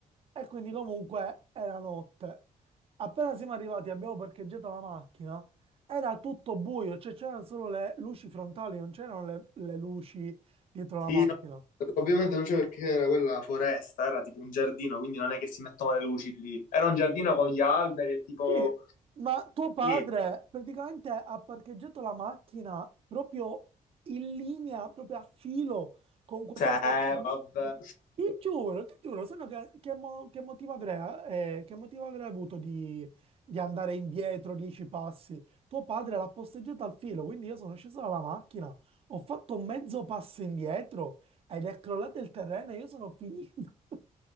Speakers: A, on the right (about 45°); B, on the left (about 85°).
A: e quindi comunque era notte. Appena siamo arrivati, abbiamo parcheggiato la macchina, era tutto buio, cioè c'erano solo le luci frontali, non c'erano le le luci dietro
B: Sì,
A: la macchina.
B: Ovviamente non c'è perché era quella foresta, era tipo un giardino, quindi non è che si mettono le luci lì. Era un giardino con gli alberi e tipo...
A: Sì, ma tuo padre
B: Sì,
A: praticamente ha parcheggiato la macchina proprio in linea, proprio a filo con questa
B: cioè,
A: specie di...
B: vabbè.
A: Ti giuro, ti giuro, se no che, che mo- che motivo avrei, eh, che motivo avrei avuto di, di andare indietro dieci passi? Tuo padre l'ha posteggiata al filo, quindi io sono sceso dalla macchina, ho fatto mezzo passo indietro ed è crollato il terreno e io sono finito. <laughs>